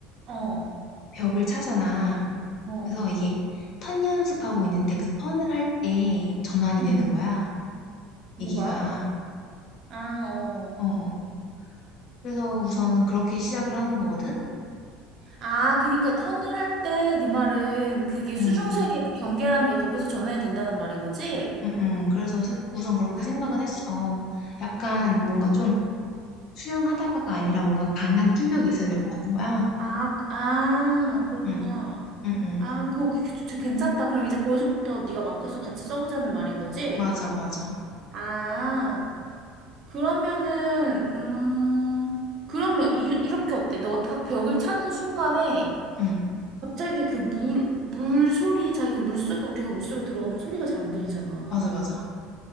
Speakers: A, on the right; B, on the left.
A: 어.
B: 벽을 차잖아.
A: 어.
B: 그래서 이게 턴 연습하고 있는데 그 턴을 할 때 전환이
A: 음.
B: 되는 거야.
A: 뭐가?
B: 얘기가.
A: 아, 어.
B: 어, 어. 그래서 우선은 그렇게 시작을 하는 거거든?
A: 아, 그니까 턴을 할 때 네 말은 그게 수중세계
B: 음,
A: 그 경계라는 게 거기서 전해야 된다는 말인 거지?
B: 음, 음. 그래서 세- 우선 그렇게
A: 아,
B: 생각은 했어. 약간
A: 음.
B: 뭔가 좀 수영하다가가 아니라 뭔가 강한 충격이 있어야 될 것 같은 거야.
A: 아, 아, 그렇구나.
B: 응. 응응.
A: 아, 거기 그- 저- 괜찮다. 그럼 이제 거기서부터 네가 마크서 같이 써보자는 말인 거지?
B: 맞아, 맞아.
A: 아, 그러면은 음, 그러면 이, 이렇게 어때? 너가 딱 벽을 차는 순간에
B: 응.
A: 갑자기 그 물, 물 소리, 자기 물속에 우리가 물속에 들어가면 소리가 잘 안 들리잖아.
B: 맞아, 맞아.